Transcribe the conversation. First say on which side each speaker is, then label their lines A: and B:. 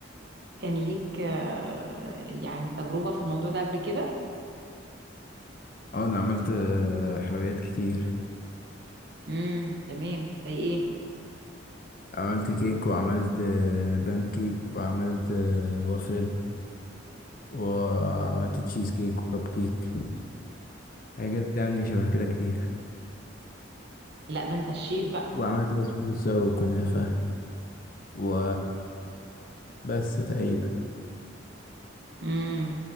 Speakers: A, on the right; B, on the left.
A: كان ليك آه، يعني تجربة في الموضوع ده قبل كده
B: اه انا عملت آه، حلويات كتير
A: امم تمام زي ايه
B: عملت كيك وعملت آه، بان كيك وعملت آه، وافل وعملت تشيز كيك وكب كيك حاجات يعني شبه كده كتير
A: لا ده انت الشيف بقى
B: وعملت بسبوسة وكنافة و بس تقريبا
A: امم